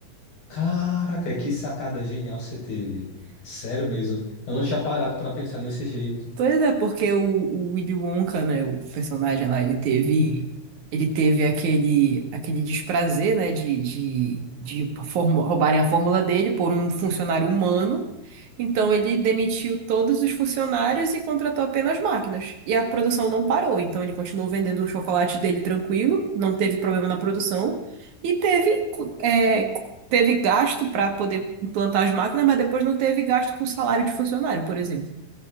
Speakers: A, on the left (about 50°); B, on the right (about 70°).
A: Caraca, que sacada genial você teve. Sério mesmo. Eu não tinha parado para pensar nesse jeito.
B: Pois é, porque o, o Willy Wonka, né, o personagem lá, ele teve,
A: Uhum.
B: ele teve aquele, aquele desprazer, né, de, de, de formu- roubarem a fórmula dele por um funcionário humano. Então ele demitiu todos os funcionários e contratou apenas máquinas. E a produção não parou, então ele continuou vendendo o chocolate dele tranquilo, não teve problema na produção e teve, cu- é, teve gasto para poder implantar as máquinas, mas depois não teve gasto com salário de funcionário, por exemplo.